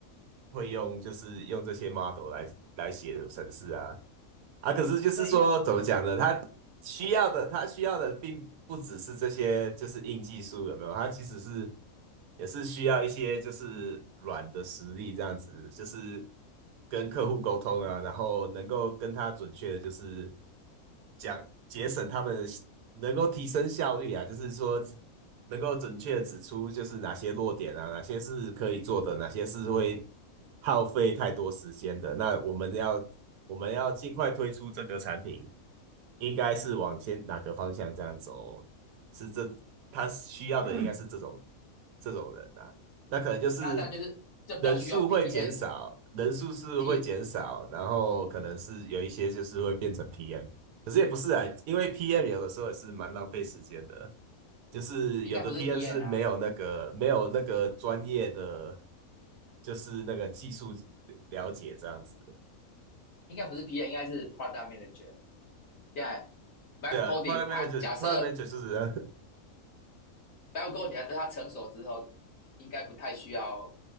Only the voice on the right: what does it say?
会用就是用这些 model 来来写程式啊，啊，可是就是说，
怎么讲呢？他需要的，他需要的并不只是这些，就是硬技术，有没有？他其实是也是需要一些就是软的实力，这样子，就是跟客户沟通啊，然后能够跟他准确的，就是讲节省他们能够提升效率啊，就是说能够准确地指出就是哪些弱点啊，哪些是可以做的，哪些是会耗费太多时间的。那我们要我们要尽快推出这个产品，应该是往先哪个方向这样走？是这他需要的应该嗯是这种这种人啊。那可能就是
人数会减少，
人数是会减少，
然后可能是有一些就是会变成 PM，可是也不是啊，因为 PM 有的时候也是蛮浪费时间的，就是有的
PM
是没有那个没有那个专业的，
就是那个技术了解这样子。的。
对啊，Product
Manager，Product
Manager 就是 <laughs>，